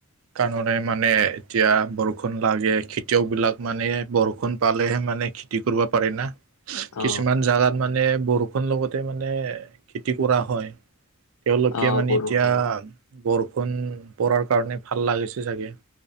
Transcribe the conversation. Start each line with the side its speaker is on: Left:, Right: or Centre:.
Right: কাৰণে মানে এতিয়া বৰষুণ লাগে। খেতিয়ক বিলাক মানে, বৰষুণ পালেহে মানে খতি কৰিব পাৰে না।
Left: অ
Right: কিছুমান জাগাত মানে বৰষুণ লগতে মানে খেতি কৰা হয়। তেওঁলোকে
Left: অ
Right: মানে
Left: বৰষুণ
Right: এতিয়া বৰষুণ পৰাৰ কাৰণে ভাল লাগিছে চাগে।